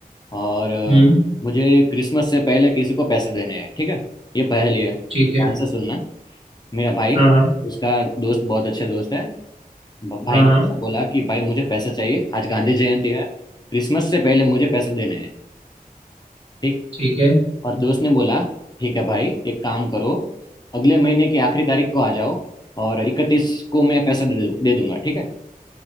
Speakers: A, on the left; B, on the right.
A: और अ,
B: हम्म
A: मुझे क्रिसमस से पहले किसी को पैसे देने हैं ठीक है ये पहेली है ध्यान
B: ठीक है
A: से सुनना मेरा भाई
B: हाँ हाँ
A: उसका दोस्त बहुत अच्छे दोस्त है भ- भाई
B: हाँ
A: ने
B: हाँ
A: ऐसा बोला कि भाई मुझे पैसे चाहिए आज गांधी जयंती है क्रिसमस से पहले मुझे पैसे देने हैं ठीक
B: ठीक है
A: और दोस्त ने बोला ठीक है भाई एक काम करो अगले महीने की आखिरी तारीख को आ जाओ और इकतीस को मैं पैसे दे दू, दे दूंगा ठीक है